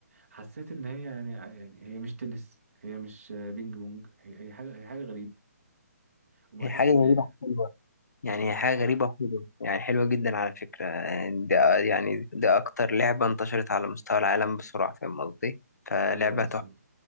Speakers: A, on the right; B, on the left.
A: حسيت ان هي يعني يعني هي مش تنس هي مش بينج بونج هي هي حاجه هي حاجه غريبه وبحس
B: هي حاجة
A: ان
B: غريبة حلوة يعني
A: اه
B: هي حاجة غريبة حلوة يعني حلوة جدا على فكرة يعني ده يعني ده أكتر لعبة انتشرت على مستوى العالم بسرعة فاهم قصدي فلعبة
A: ايوه اسم-
B: تحفة